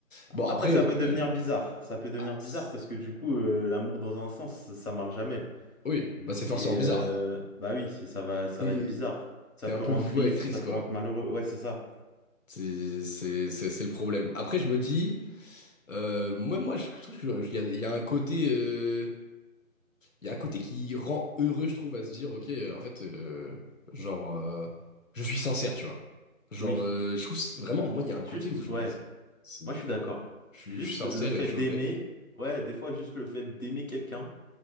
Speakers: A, on the left; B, on the left.
A: bon, après,
B: Après, ça
A: au
B: peut
A: final,
B: devenir bizarre. Ça peut devenir bizarre
A: c'est-
B: parce que du coup, euh, l'amour dans un sens, ça, ça marche jamais.
A: oui, bah, c'est forcément
B: Et
A: bizarre.
B: euh, bah oui, c'est- ça va, ça
A: T'es
B: va être bizarre. Ça
A: t'es
B: peut
A: un peu
B: rendre
A: voué
B: triste,
A: à être triste,
B: ça
A: quoi.
B: peut rendre malheureux. Ouais, c'est ça.
A: C'est c'est- c'est- c'est le problème. Après, je me dis, euh, moi, moi, je, je trouve qu'il y a, il y a un côté, euh, il y a un côté qui rend heureux, je trouve, à se dire, ok, euh, en fait, euh, genre, euh, je suis sincère, tu vois. Genre,
B: Oui.
A: euh, je trouve c'est- vraiment, moi, il y a un côté
B: Juste,
A: où je
B: ouais.
A: me dis, c'est,
B: Moi, je
A: bah,
B: suis d'accord.
A: je suis
B: Juste
A: je suis sincère
B: le fait
A: et je
B: d'aimer,
A: suis honnête.
B: ouais, des fois, juste le fait d'aimer quelqu'un,